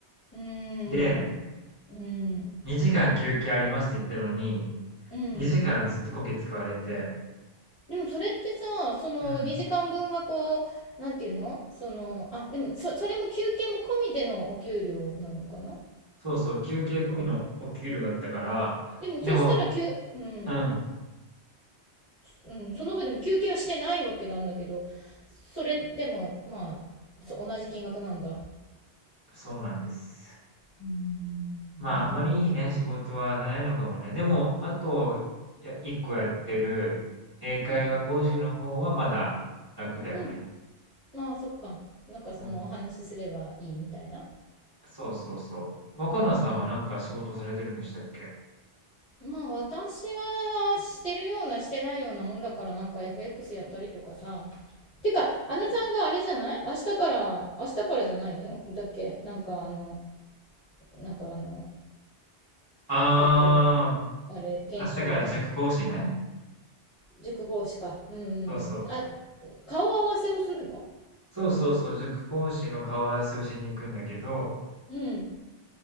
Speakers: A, on the left; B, on the right.
A: うーん。
B: で、
A: うん。
B: 2時間休憩ありますって言ったのに、
A: うん。
B: 2時間ずっとこけ使われて、
A: でもそれってさ、その2時間分がこう、
B: うん。
A: なんていうのその、あ、でもそ、それも休憩も込みでのお給料なのかな
B: そうそう、休憩込みのお給料だったから、
A: わかんない。でもそしたら休、
B: でも、
A: うん、
B: うん、
A: うん、その分でも休憩はしてないわけなんだけど、それでも、まあ、そ同じ金額なんだ。
B: そうなんです。
A: うーんまあでも、
B: まあ、あんまりいいね、仕事はないのかもね。でも、あと、や、1個やってる英会話講師の方はまだ楽だよね。
A: うん、うん。まあそっか。なんかそのお話しすればいいみたいな。
B: うん。そうそうそう。若菜さんはなんか仕事されてるんでしたっけ
A: うん。まあ私はしてるようなしてないようなもんだからなんか FX やったりとかさ。てか、あのさんがあれじゃない明日から、明日からじゃないよ。だっけなんかあの、なんかあの、
B: あ
A: 学校の、あれ、研修みたいな。
B: あー、明日から塾講師ね。
A: 塾講師か。うんうんうん。
B: そうそう。
A: あ、顔合わせをするの
B: そうそうそう、塾講師の顔合わせをしに行くんだけど、
A: うん。